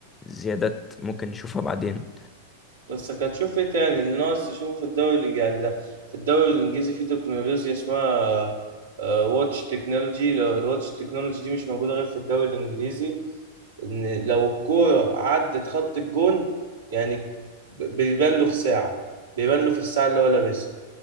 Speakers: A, on the left; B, on the right.
A: زيادات ممكن نشوفها بعدين
B: بس هتشوف ايه تاني اللي ناقص تشوفه في الدوري الانجليزي يعني ده في الدوري الانجليزي في تكنولوجيا اسمها واتش تكنولوجي لو الواتش تكنولوجي دي مش موجودة غير في الدوري الانجليزي ان لو الكورة عدت خط الجون يعني ب- بيبان له في ساعة بيبان له في الساعة اللي هو لابسها